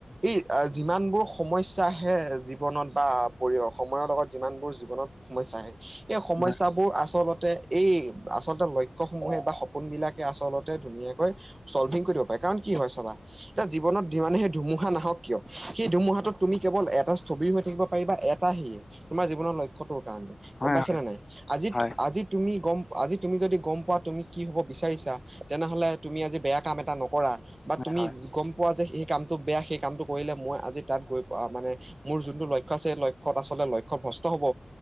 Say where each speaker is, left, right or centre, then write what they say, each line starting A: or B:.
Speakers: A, on the right; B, on the left.
A: এই যিমানবোৰ সমস্যা আহে জীৱনত বা পৰি সময়ৰ লগত যিমানবোৰ জীৱনত সমস্যা আহে এই সমস্যাবোৰ
B: হয়,
A: আচলতে এই আচলতে লক্ষ্যসমূহে বা সপোন বিলাকে আচলতে ধুনীয়াকৈ চল্ভিং কৰিব দিব পাৰে কাৰণ কি হয় চাবা এতিয়া জীৱনত যিমানে সেই ধুমুহা নাহক কিয় সেই ধুমুহাত টোত তুমি কেৱল এটা স্থবিৰ হৈ থাকিব পাৰিবা এটা হিয়ে তোমাৰ জীৱনৰ লক্ষ খটো কাৰণে
B: হয়,
A: গম পাইছ নে নাই আজি
B: হয়,
A: আজি তুমি গম আজি তুমি যদি গম পোৱা তুমি কি হব বিচাৰিছা তেনেহলে তুমি আজি বেয়া কাম এটা নকৰা৷ বা তুমি
B: হয়, হয়,
A: গম পোৱা যে সেই কামটো বেয়া সেই কামটো কৰিলে মই আজি তাত গৈ প মানে মোৰ যোনটো লক্ষ্য আছে লক্ষ্যত আচলতে লক্ষ্য ভ্ৰস্ত হব৷